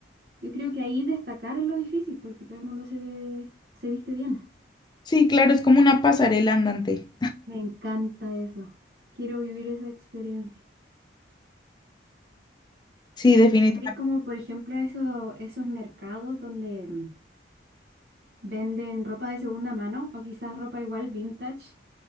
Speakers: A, on the right; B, on the left.
A: yo creo que ahí destacar es lo difícil porque todo el mundo se ve, se viste bien.
B: Sí, claro, es como una pasarela andante.
A: Me encanta eso. Quiero vivir esa experiencia.
B: Sí,
A: Me
B: definitivamente.
A: gustaría ir como, por ejemplo, a esos, esos mercados donde mm, venden ropa de segunda mano o quizás ropa igual vintage.